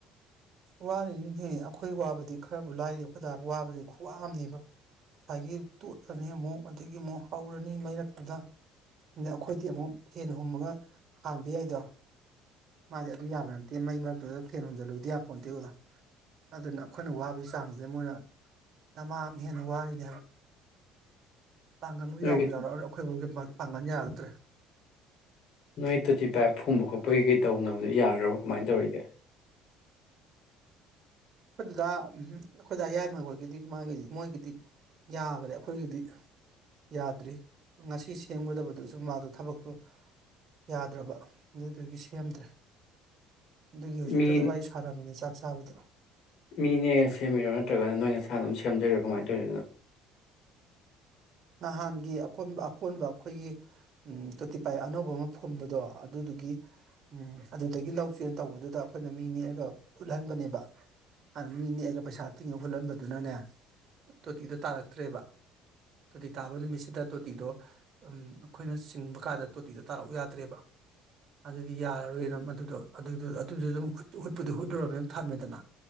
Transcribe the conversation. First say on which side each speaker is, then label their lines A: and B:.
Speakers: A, on the right (about 55°); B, on the left (about 70°).
A: ꯋꯥꯔꯤꯅꯤꯅꯦꯦ ꯑꯩꯈꯣꯏ ꯋꯥꯕꯗꯤ ꯈꯔꯕꯨ ꯂꯥꯏꯔꯤ ꯑꯩꯈꯣꯏꯗ ꯋꯥꯕꯗꯤ ꯈꯨ꯭ꯋꯥꯝꯅꯦꯕ ꯉꯁꯥꯏꯒꯤ ꯇꯣꯠꯂꯅꯤ ꯑꯃꯨꯛ ꯑꯗꯒꯤ ꯑꯃꯨꯛ ꯍꯧꯔꯅꯤ ꯃꯩ ꯃꯔꯛꯇꯨꯗ ꯑꯗꯩ ꯑꯩꯈꯣꯏꯗꯤ ꯑꯃꯨꯛ ꯐꯦꯟ ꯍꯨꯝꯃꯒ ꯍꯥꯟꯕ ꯌꯥꯏꯗꯣ ꯃꯥꯗꯤ ꯑꯗꯨ ꯌꯥꯕ ꯅꯠꯇꯦ ꯃꯩ ꯃꯔꯛꯇꯨꯗ ꯐꯦꯟ ꯍꯨꯝꯖꯤꯜꯂꯨꯗꯤ ꯌꯥꯝ ꯐꯣꯟ ꯇꯤꯨꯗ ꯑꯗꯨꯅ ꯑꯩꯈꯣꯏꯅ ꯋꯥꯕꯒꯤ ꯆꯥꯡꯁꯦ ꯃꯣꯏꯅ ꯗꯃꯥꯝ ꯍꯦꯟꯅ ꯋꯥꯔꯤꯅꯦ ꯍꯥꯏꯕ ꯄꯥꯡꯒꯟꯕꯨ
B: ꯅꯣꯏꯒꯤ
A: ꯌꯥꯎꯕ ꯌꯥꯎꯔꯛꯑꯔ ꯑꯩꯈꯣꯏꯕꯨꯒꯤ ꯄꯪꯉꯅ ꯌꯥꯕꯛꯇ꯭ꯔꯦ
B: ꯅꯣꯏ ꯇꯣ ꯇꯤ ꯄꯥꯏ ꯐꯨꯝꯕ ꯄꯒ ꯇꯧꯅꯕꯗꯣ ꯌꯥꯈ꯭ꯔꯕꯣ ꯀꯃꯥꯏꯅ ꯇꯧꯔꯤꯒꯦ
A: ꯑꯩꯈꯣꯏꯗꯨꯗ ꯑꯩꯈꯣꯏꯗ ꯑꯌꯥꯏꯕꯈꯣꯏꯒꯤꯗꯤ ꯃꯥꯒꯤꯗꯤ ꯃꯣꯏꯒꯤꯗꯤ ꯌꯥꯈꯔꯦ ꯑꯩꯈꯣꯏꯒꯤꯗꯤ ꯌꯥꯗ꯭ꯔꯤ ꯉꯁꯤ ꯁꯦꯝꯒꯗꯕꯗꯨꯁꯨ ꯃꯥꯗꯣ ꯊꯕꯛꯇꯣ ꯌꯥꯗ꯭ꯔꯕ ꯑꯗꯨꯒꯤ ꯁꯦꯝꯗ꯭ꯔꯦ ꯑꯗꯨꯒꯤ ꯍꯧꯖꯤꯛꯇꯁꯨ
B: ꯃꯤ
A: ꯋꯥꯔꯤ ꯁꯥꯔꯝꯃꯤꯅꯤ ꯆꯥꯛꯁ ꯇꯕꯗ
B: ꯃꯤꯅꯦꯅ ꯁꯦꯝꯃꯤꯔꯣ ꯅꯠꯇ꯭ꯔꯒꯅ ꯅꯣꯏ ꯅꯁꯥꯅ ꯑꯗꯨꯝ ꯁꯦꯝꯖꯩꯔꯣ ꯀꯃꯥꯏꯅ ꯇꯧꯔꯤꯅꯣ ꯑꯗꯨꯅꯣ
A: ꯅꯍꯥꯟꯒꯤ ꯑꯣꯟꯕ ꯑꯀꯣꯟꯕ ꯑꯩꯈꯣꯏꯒꯤ ꯇꯣꯇꯤ ꯄꯥꯏ ꯑꯅꯧꯕ ꯑꯃ ꯐꯨꯝꯕꯗꯣ ꯑꯗꯨꯗꯨꯒꯤ ꯎ ꯑꯗꯨꯗꯒꯤ ꯂꯧ ꯆꯦꯟ ꯇꯧꯕꯗꯨꯗ ꯑꯩꯈꯣꯏꯅ ꯃꯤ ꯅꯦꯛꯑꯒ ꯍꯨꯠꯍꯟꯕꯅꯦꯕ ꯑꯗꯨꯅ ꯃꯤ ꯅꯦꯛꯑꯒ ꯄꯩꯁꯥ ꯇꯤꯡꯉ ꯍꯨꯠꯍꯟꯕꯗꯨꯅꯅꯦ ꯇꯣꯇꯤꯗꯣ ꯇꯥꯔꯛꯇ꯭ꯔꯦꯕ ꯇꯣꯇꯤ ꯇꯥꯕ ꯅꯨꯃꯤꯠꯁꯤꯗ ꯇꯣꯇꯤꯗꯣ ꯑꯩꯈꯣꯏꯅ ꯆꯤꯡꯕ ꯀꯥꯟꯗ ꯇꯣꯇꯤꯗꯣ ꯇꯥꯔꯛꯎ ꯌꯥꯗ꯭ꯔꯦꯕ ꯑꯗꯨꯗꯤ ꯌꯥꯔꯔꯣꯏꯅ ꯑꯗꯨꯗꯣ ꯑꯗꯨꯗ ꯑꯗꯨꯝ ꯍꯨꯠꯄꯨꯗꯤ ꯍꯨꯠꯂꯨꯅꯤꯅ ꯊꯝꯃꯦꯗꯅ